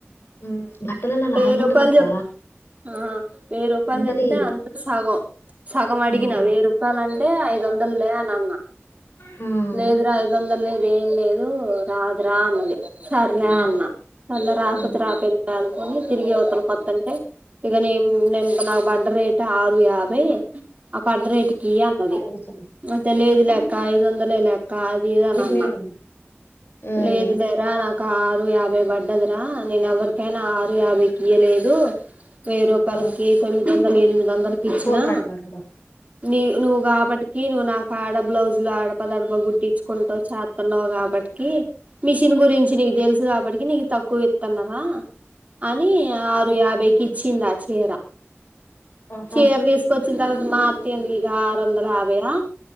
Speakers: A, on the left; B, on the right.
A: హ్మ్ బట్టలల్ల
B: వెయ్యి
A: లాభం
B: రూపాల్
A: ఉంటదక్క
B: చెప్ ఆ వెయ్యి రూపాలు
A: ఉంటది.
B: చెప్తే అంతలో సగం సగం అడిగిన
A: హ్మ్.
B: వెయ్యి రూపాలు అంటే ఐదొందల్లే అన్న మ
A: హ్మ్.
B: లేదు రా ఐదొందల్ లేదు ఏం లేదు ఓ రాదు రా అన్నది సర్లే
A: హ్మ్.
B: అన్న సర్లే రాపోతే
A: హ్మ్.
B: రాపో తిరిగి అవుతాం ఓత్తంటే ఇగనీ నెం నాకు పడ్డ రేట్ ఆ యాభై ఆ పడ్డ రేటుకియి అన్నది
A: ఆడ కూసోని
B: ఐతే లేదులే అక్క ఐదు వందలే లే అక్క అది ఇది అనన్నా
A: గిట్ నీడుండు. హ్మ్.
B: లేదు లేరా నాకు ఆరు యాభై పడ్డదిరా నేనెవ్వరి అరు యాభై ఇయలేదు వెయ్యి రూపాలకి
A: ఆ
B: తొమ్మిదొందలు ఇయ్యని త వందలకిచ్చినా
A: కూలర్ అడిగారు గదా!
B: నీ నువ్వు కాబట్టికి నువ్వు నాకాడ బ్లౌజులు అడప దడప గుడ్టించుకుంటవ్ చాత్తున్నవు కాబట్టికి మిషన్ గురించి నీకు తెలుసు కాబట్టికి నీకు తక్కువ ఇత్తన్నరా అని ఆరు యాభై కిచ్చింది ఆ చీరా
A: ఆహా
B: చీర్ తీసుకొచ్చిన తర్వాత మా అత్త ఇది ఆరొందయాభై ఆ